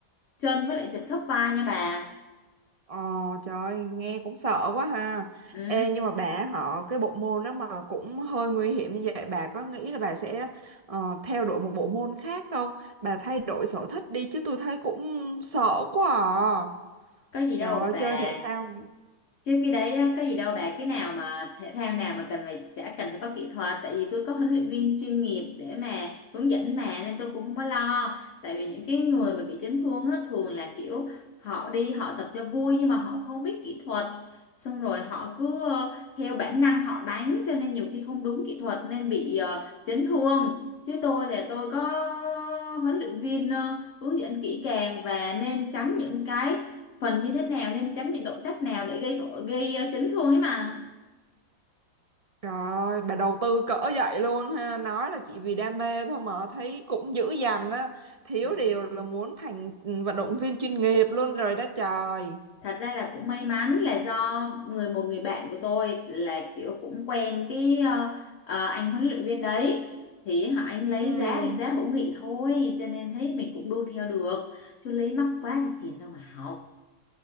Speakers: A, on the left; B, on the right.
A: chân với lại chật khớp vai nha bà.
B: Ờ trời nghe cũng sợ quá ha.
A: Ừ,
B: Ê nhưng mà bà họ cái bộ môn đó mà cũng hơi nguy hiểm như vậy bà có nghĩ là bà sẽ ờ, theo đuổi một bộ môn khác không? Bà thay đổi sở thích đi chứ tôi thấy cũng sợ quá à.
A: có gì đâu
B: Trời ơi
A: bà.
B: chơi thể thao.
A: chứ cái đấy á, có gì đâu bà cái nào mà thể thao nào mà cần phải chả cần phải có kỹ thuật tại vì tôi có huấn luyện viên chuyên nghiệp để mà hướng dẫn mà nên tôi cũng không có lo tại vì những cái người mà bị chấn thương á, thường là kiểu họ đi họ tập cho vui nhưng mà họ không biết kỹ thuật xong rồi họ cứ ờ, theo bản năng họ đánh cho nên nhiều khi không đúng kỹ thuật nên bị ờ, chấn thương chứ tôi là tôi có huấn luyện viên ờ, hướng dẫn kỹ càng và nên tránh những cái phần như thế nào nên tránh những động tác nào để gây tội gây ờ, chấn thương ấy mà
B: Trời ơi bà đầu tư cỡ vậy luôn ha, nói là chỉ vì đam mê thôi mà thấy cũng dữ dằn á, thiếu
A: Ừm,
B: điều là muốn thành vận động viên chuyên nghiệp luôn rồi đó trời.
A: thật ra là cũng may mắn là do người một người bạn của tôi là kiểu cũng quen cái ờ, ờ, anh huấn luyện viên đấy thì họ anh lấy
B: Ừ.
A: giá giá hữu nghị thôi cho nên thấy mình cũng đu theo được chứ lấy mắc quá thì tiền đâu mà học